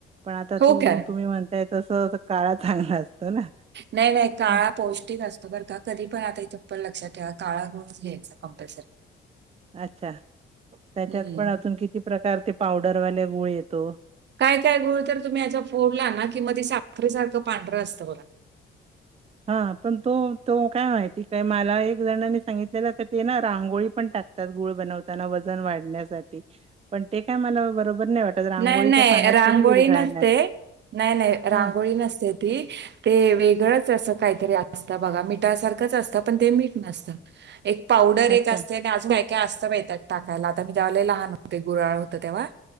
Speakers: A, on the right (about 30°); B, on the right (about 60°).
A: पण आता
B: हो
A: तू
B: का?
A: तुम्ही म्हणताय तस काळा चांगला असतो ना
B: नाही नाही काळा
A: हं,
B: पौष्टिक असतो बरं का कधी पण आता इथुन पुढे लक्षात ठेवा काळा गुळच घ्यायचा कंपलसरी
A: <unintelligible> अच्छा त्याच्यात
B: हं.
A: पण अजून किती प्रकार ते पावडरवाले गुळ येतो
B: काय काय गुळ तर तुम्ही याचा फोडला ना की मधी साखरी सारखं पांढरं असतं बघा
A: हा पण तो तो काय माहिती काय मला एक जणानी सांगितलेलं तर ते ना रांगोळी पण टाक तर गुळ बनवताना वजन वाढण्यासाठी पण ते काय मला बरोबर नाही वाटत रांगोळी
B: नाही, नाही
A: काय पाण्यात
B: रांगोळी
A: थोडी विरघळणार.
B: नसते नाही, नाही रांगोळी
A: हां,
B: नसते ती ते वेगळंच असं काहीतरी असतं बघा मिठासारखंच असतं पण ते मीठ नसतं एक पावडर एक
A: अच्छा,
B: असते आणि अजून काय, काय असतं बाई त्यात टाकायला आता मी तेव्हा लहान होते गुऱ्हाळ होत तेव्हा